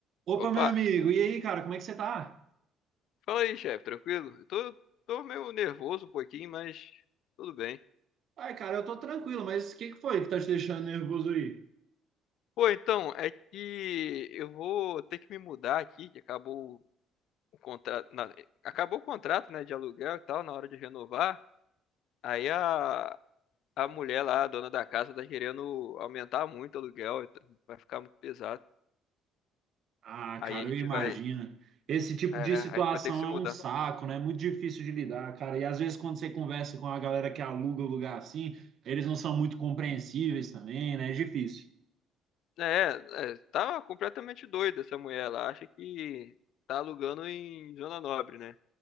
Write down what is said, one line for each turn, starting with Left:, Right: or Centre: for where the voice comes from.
Right: Opa,
Left: Opa,
Right: meu amigo, e aí, cara, como é que você tá?
Left: fala aí, chefe, tranquilo? Eu tô, tô meio nervoso um pouquinho, mas tudo bem.
Right: Ai, cara, eu tô tranquilo, mas o que que foi que tá te deixando nervoso aí?
Left: Pô, então, é que eu vou ter que me mudar aqui, que acabou o contrato, na- acabou o contrato, né, de aluguel e tal, na hora de renovar. Aí a, a mulher lá, a dona da casa, tá querendo aumentar muito o aluguel, e tá- vai ficar muito pesado.
Right: Ah,
Left: Aí
Right: cara,
Left: a gente
Right: eu imagino.
Left: vai,
Right: Esse tipo
Left: é,
Right: de situação
Left: a gente vai ter que se
Right: é
Left: mudar.
Right: um saco, né? É muito difícil de lidar, cara. E às vezes, quando você conversa com a galera que aluga o lugar assim, eles não são muito compreensíveis também, né? É difícil.
Left: É, é, tá completamente doida essa mulher, ela acha que tá alugando em Zona Nobre, né?